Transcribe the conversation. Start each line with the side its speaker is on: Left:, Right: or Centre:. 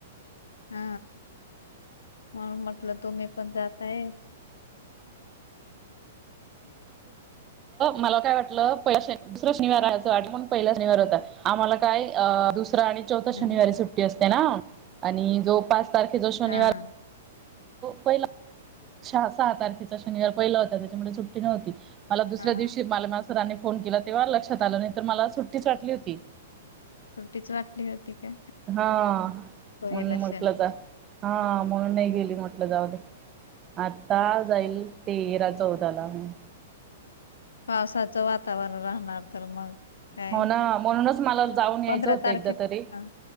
Left: हा... म मतलब तुम... पण जातय...
Right: मला काय वाटलं पहि दुसरा शनिवार राहायचं वाट पण पहिला शनिवार होता आम्हाला कायस.... त आणि चौथ
Left: हा
Right: शनिवारी सुट्टी असते. ना आणि जो पाच तारखे... हिजो शनिवार...
Left: हा.
Right: पहिला सहा सहा तारखेचा शनिवार पहिला होता त्याच्यामुळे सुट्टी नव्हती.... मला दुसऱ्या
Left: हा.
Right: दिवशी मला मा.. फोन केला तेव्हा लक्षात आलं नाही तर मला सुट्टीच वाटली होती....
Left: सुटीच वाटली होती... का?
Right: हा
Left: पहिला
Right: म्हणून म्हटलं
Left: शनी.
Right: जा... हा म्हणून नाही गेली म्हटलं जाऊ दे आता जाईल तेरा चौदाला म....
Left: पावसाचं वातावरण राहणार.... तर मग काय
Right: हो ना म्हणूनच मला जाऊन यायचं
Left: पंधरा
Right: होतं
Left: तारखे
Right: एकदा तरी.
Left: हा